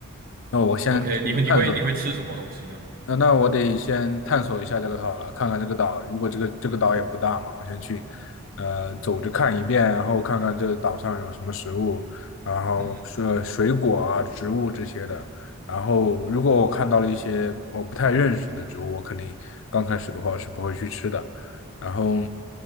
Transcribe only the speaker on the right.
OK。你会你会你会吃什么东西呢？
嗯哼。